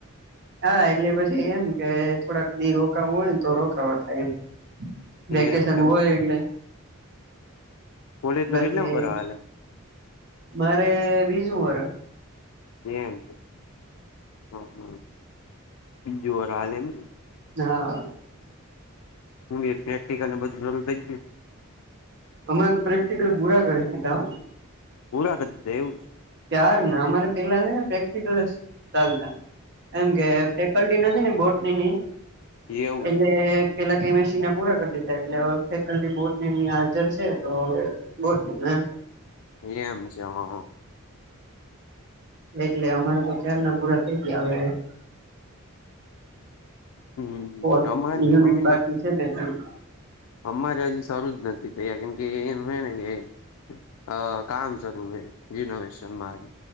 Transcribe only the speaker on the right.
હા, એટલે પછી એમ કે થોડાક દી રોકાવું હોયને, તો રોકાવા થાય એમ. વેકેેશન
હોય, એટલે
<unintelligible>
મારે બીજું વરહ
હા.
અમારે તો પ્રેક્ટિકલ પુરા કરી દીધા હો.
ક્યારના અમારે પેલાને પ્રેક્ટિકલ જચાલતા એમ કે ફેકલ્ટી નથી ને બોટનીની
એટલે
પેલા કેમેસ્ટ્રી પૂરા કરી દીધા એટલે ફેકલ્ટી બોટનીની હાજર છે તો હવે બોટનીના એમ
એટલે અમારે તો ક્યારના પૂરા થઈ ગયા હવે.
ફોર્થ
યુનિટ
બાકી છે બે ત્રણ